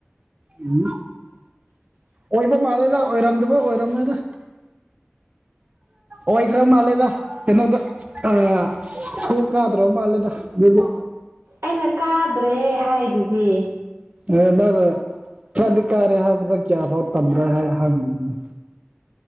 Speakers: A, on the right; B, on the right.
A: ꯎꯝ ꯑꯣꯏꯕ ꯃꯥꯜꯂꯦꯗ ꯑꯣꯏꯔꯝꯗꯕ ꯑꯣꯏꯔꯝꯃꯣꯏꯗ ꯑꯣꯏꯈꯔꯝ ꯃꯥꯂꯦꯗ ꯀꯩꯅꯣꯗ ꯑꯥ ꯁꯣ ꯀꯥꯗ꯭ꯔꯝ ꯃꯥꯜꯂꯦꯗ ꯑꯗꯨꯗꯤ
B: ꯑꯩꯅ ꯀꯥꯗ꯭ꯔꯦ ꯍꯥꯏꯗꯨꯗꯤ
A: <unintelligible> ꯈ꯭ꯔꯥꯗꯤ ꯀꯥꯔꯦ ꯍꯥꯏꯗꯨꯗ ꯀꯌꯥꯐꯥꯎ ꯇꯝꯕ꯭ꯔ ꯍꯥꯏ ꯍꯪꯕꯅꯤꯗ